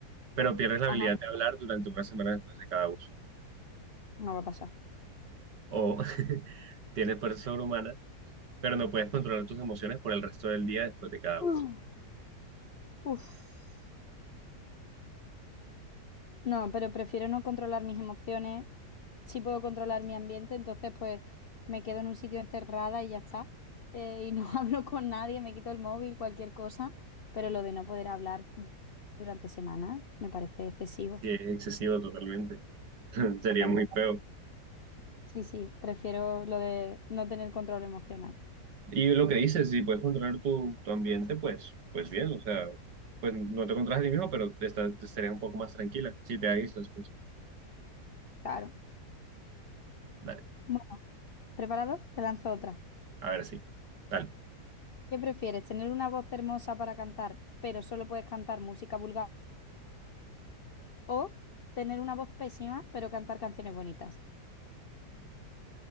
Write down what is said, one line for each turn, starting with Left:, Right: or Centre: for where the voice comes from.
Right: pero pierdes la habilidad
Left: Ajá,
Right: de hablar durante una semana después de cada uso.
Left: no va a pasar.
Right: O <laughs> tienes fuerza sobrehumana, pero no puedes controlar tus emociones por el resto del día después de cada
Left: Uh,
Right: uso.
Left: Uf. No, pero prefiero no controlar mis emociones. Sí puedo controlar mi ambiente, entonces pues me quedo en un sitio encerrada y ya está. Eh, y no <laughs> hablo con nadie, me quito el móvil, cualquier cosa. Pero lo de no poder hablar durante semanas me parece excesivo.
Right: Sí, es excesivo totalmente. <laughs> Sería
Left: Me parece.
Right: muy feo.
Left: Sí, sí, prefiero lo de no tener control emocional.
Right: Y lo que dices, si puedes controlar tu, tu ambiente, pues, pues bien, o sea, pues no te controlas a ti mismo, pero te, está- te estarías un poco más tranquila si te aíslas, pues.
Left: Claro.
Right: Vale,
Left: Bueno, ¿preparado? Te lanzo otra.
Right: a ver, sí. Dale.
Left: ¿Qué prefieres? ¿Tener una voz hermosa para cantar, pero solo puedes cantar música vulgar? ¿O tener una voz pésima, pero cantar canciones bonitas?